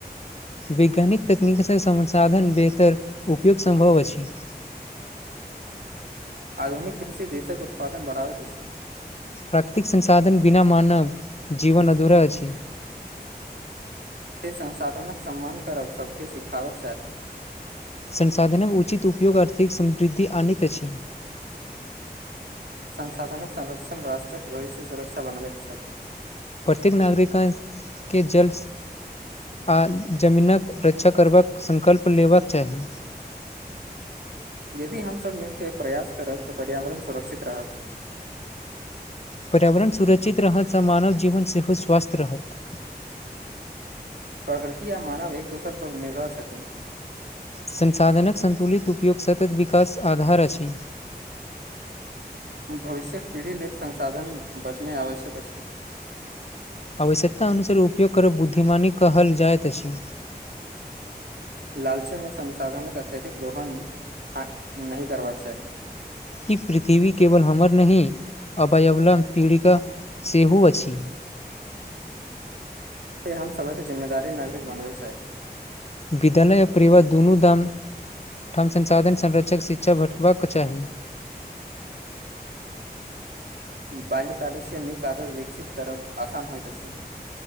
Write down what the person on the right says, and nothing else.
आधुनिक कृषि देशक उत्पादन बढ़ावैत अछि
से संसाधनक सम्मान करब सबके सिखाबक चाही
संसाधन संरक्षण राष्ट्र के भविष्य सुरक्षा बन बैक छन
यदि हमसब मिलके प्रयास करब तऽ पर्यावरण सुरक्षित रहत
प्रकृति आ मानव एक दोसर पर निर्भर छथिन
भविष्यक पीढ़ी लेल संसाधन बचनाए आवश्यक अछि
लालचे में संसाधने अत्यधिक दोहन नहि करबाक चाही
ते हम सबे के जिम्मेदारी नागरिक बनबै चाहि
बाल्यकदस नीक आदत विकसित करब आसान होइत अछि